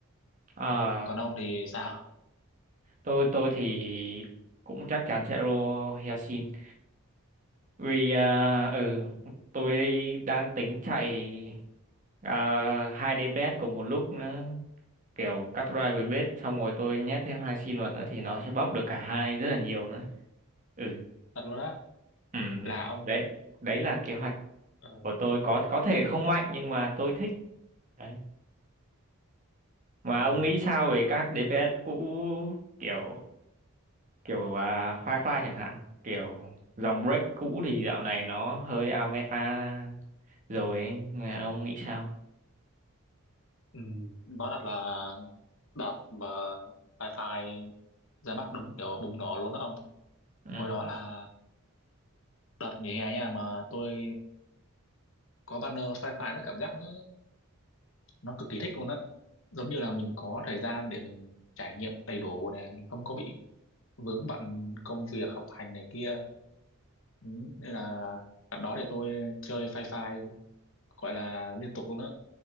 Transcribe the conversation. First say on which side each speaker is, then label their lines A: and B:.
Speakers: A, on the right; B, on the left.
A: Ờ,
B: còn ông thì sao
A: tôi tôi thì cũng chắc chắn sẽ roll Hyacinth Vì à, ừ, tôi đang tính chạy à, hai đế bét cùng một lúc nữa kiểu cắt drive với
B: ừ,
A: bết xong rồi tôi nhét thêm hai sim vào nữa thì nó sẽ bóp được cả hai rất là nhiều nữa ừ
B: thật luôn á
A: ừ
B: là ông
A: đấy đấy là kế hoạch
B: ờ,
A: của tôi có có thể không mạnh nhưng mà tôi thích đấy mà
B: ờ,
A: ông nghĩ sao về các DPS cũ kiểu kiểu à, Firefly chẳng hạn kiểu dòng break cũ thì dạo này nó hơi out meta rồi ấy. Nghe ông nghĩ sao
B: ừ, nói thật là đợt mà Fi ra mắt đúng kiểu bùng nổ luôn đó ông
A: ừ
B: hồi đó là đợt nghỉ hè nha mà tôi có banner sci-fi nó cảm giác nó nó cực kỳ thích luôn á giống như là mình có thời gian để mình trải nghiệm đầy đủ nè mình không có bị vướng bận công việc học hành này kia ừ, nên là đợt đó để tôi chơi sci-fi gọi là liên tục luôn á